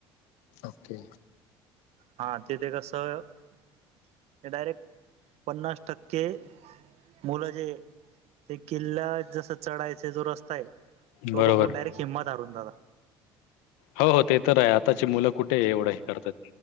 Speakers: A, on the left; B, on the right.
A: ओके.
B: हा तिथे कसं डायरेक्ट पन्नास टक्के. मुलं जे ते किल्ला जसं चढायचं जो रस्ता आहे. तो
A: बरोबर
B: बघून डायरेक्ट हिंमत हारून जातं
A: हो हो ते तर आहे आताची मुलं कुठे एवढं हे करतात.